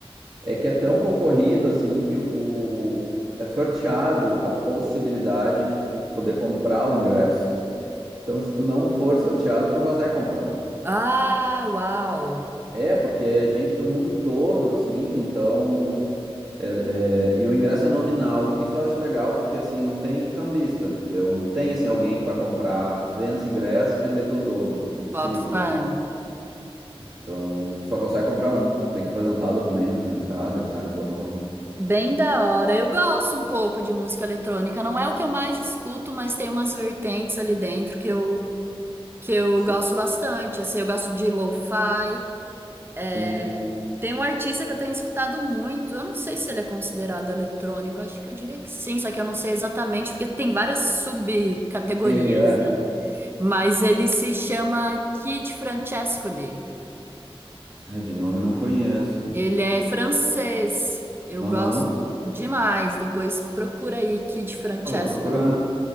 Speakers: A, on the right (about 45°); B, on the right (about 20°).
A: É que é tão concorrido assim que o é sorteado a possibilidade de tu poder comprar o ingresso. Então, se tu não for sorteado, tu não consegue comprar.
B: Ah, uau!
A: É, porque é gente do mundo todo, assim, então. é- é, E o ingresso é nominal. Isso eu acho legal, porque assim, não tem cambista, entendeu? Não tem assim alguém que vai comprar 200 ingressos e vender pelo dobro. Impossível.
B: Boto fé.
A: Então, tu só consegue comprar um. Tem que apresentar documento na entrada, ele sabe o teu nome.
B: Bem da hora. Eu gosto um pouco de música eletrônica. Não é o que eu mais escuto, mas tem umas vertentes ali dentro que eu, que eu
A: Sim,
B: gosto bastante. Assim, eu gosto de lo-fi. É,
A: sim,
B: Tem um artista que eu tenho escutado muito. Eu não sei se ele é considerado eletrônico. Acho que eu diria que sim, só que eu não sei exatamente, porque tem várias subcategorias,
A: sim, é.
B: né? Mas ele se chama Kid Francescoli.
A: Ai, de nome não conheço.
B: Ele é francês. Eu
A: Aham.
B: gosto demais. Depois procura aí Kid Francescoli.
A: Ah, vou procurar.